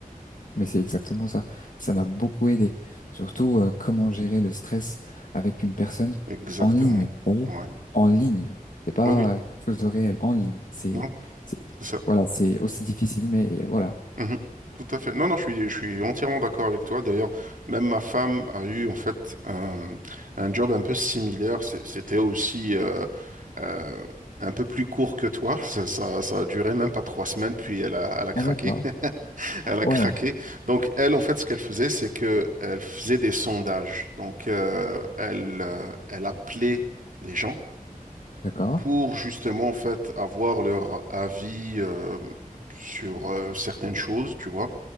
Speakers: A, on the left; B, on the right.
A: Mais c'est exactement ça. Ça m'a beaucoup aidé. Surtout, euh, comment gérer le stress avec une personne
B: Exactement.
A: en ligne. t'as vu
B: Ouais.
A: En ligne. C'est pas
B: Oui, oui.
A: quelque chose de réel. En ligne. C'est,
B: Non,
A: c'est-
B: c'est ça.
A: voilà, c'est aussi difficile, mais voilà.
B: Mhm. Tout à fait. Non, non, je suis, je suis entièrement d'accord avec toi. D'ailleurs, même ma femme a eu en fait un, un job un peu similaire. C'est- C'était aussi euh, euh, un peu plus court que toi. Ça, ça, ça a duré même pas trois semaines, puis elle a, elle a craqué.
A: Ah, d'accord.
B: <laughs> Elle a
A: Ouais.
B: craqué. Donc, elle, en fait, ce qu'elle faisait, c'est que elle faisait des sondages. Donc, euh, elle, euh, elle appelait des gens
A: D'accord.
B: pour justement, en fait, avoir leur avis euh, sur euh, certaines choses, tu vois.